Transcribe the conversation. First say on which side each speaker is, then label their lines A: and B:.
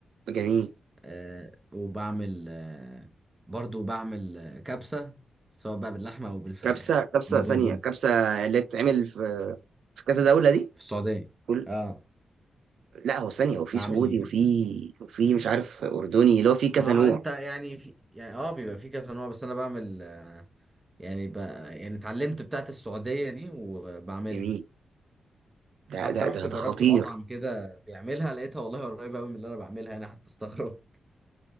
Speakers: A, on the right; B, on the right.
A: جميل
B: آه، وبعمل آه، برضو بعمل آه، كبسة سواء بقى باللحمة أو بالفراخ
A: كبسه كبسه
B: دي برضو
A: ثانيه كبسه اللي بتتعمل في في كذا دوله دي
B: في السعودية
A: كل
B: اه
A: لا هو ثانيه وفي
B: بعمل
A: سعودي وفي وفي مش عارف اردني اللي هو في كذا
B: ما
A: نوع
B: هو انت يعني في يعني اه بيبقى في كذا نوع بس انا بعمل آه، يعني ب... يعني اتعلمت بتاعت السعودية دي وبعملها
A: جميل ده
B: حتى
A: ده
B: رحت
A: ده,
B: جربت
A: ده خطير
B: مطعم كده بيعملها لقيتها والله قريبة قوي من اللي انا بعملها انا حتى استغربت